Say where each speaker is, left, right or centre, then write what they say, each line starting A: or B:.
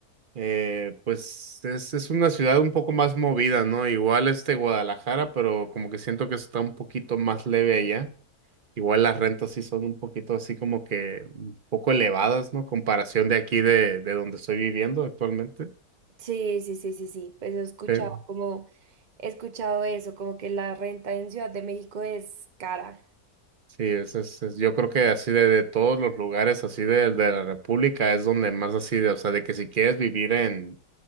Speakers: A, on the right; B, on the right.
A: Eh, pues es, es una ciudad un poco más movida, ¿no? Igual este Guadalajara, pero como que siento que está un poquito más leve allá. Igual las rentas sí son un poquito así como que un poco elevadas, ¿no? Comparación de aquí de, de donde estoy viviendo actualmente.
B: Sí, sí, sí, sí, sí. sí, Pues he escuchado
A: Eh,
B: como... He escuchado eso, como que la renta en Ciudad de México es cara.
A: Sí, es, es, es- yo creo que así de, de todos los lugares así de, de la República es donde más así de, o sea, de que si quieres vivir en,